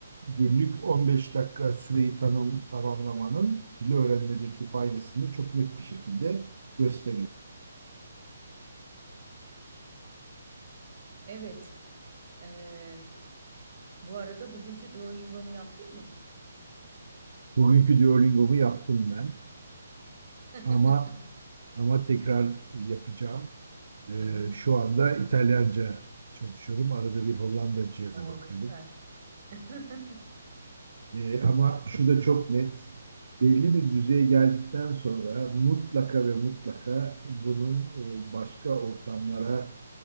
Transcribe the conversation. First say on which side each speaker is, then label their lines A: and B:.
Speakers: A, on the right; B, on the right.
A: günlük 15 dakika süreyi tanım, tamamlamanın dili öğrenmedeki faydasını çok net bir şekilde gösteriyor.
B: Evet. eee, bu arada bugünkü Duolingo'nu yaptın mı?
A: Bugünkü Duolingo'mu yaptım ben
B: <laughs>
A: ama ama tekrar yapacağım. Ee,
B: Hı hı.
A: şu anda İtalyanca çalışıyorum. Arada bir Hollandacıya
B: O
A: da bakıyorum.
B: süper. <laughs>
A: Ee, ama şu da çok net. Belli bir düzeye geldikten sonra mutlaka ve mutlaka bunun e, başka ortamlara